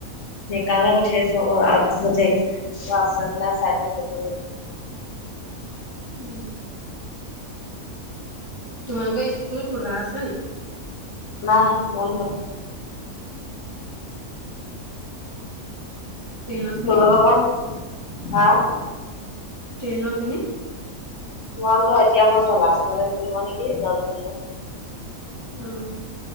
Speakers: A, on the left; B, on the right.
A: সেইকাৰনে পঠিয়াইছো আক আগ পিছতেই তয় আছে নে নাই চাই মেলি লবি। বোলো
B: উম। তোমালোকৰ স্কুল খোলা আছে নি?
A: নাই বন্ধ।
B: ট্ৰেইনৰ
A: স্কুল
B: খিনি
A: <unintelligible> হা?
B: টেইনৰখিনি?
A: বন্ধ, এতিয়া বন্ধ, লাষ্টলে খুলিব নেকি দহ দিন মান।
B: উম।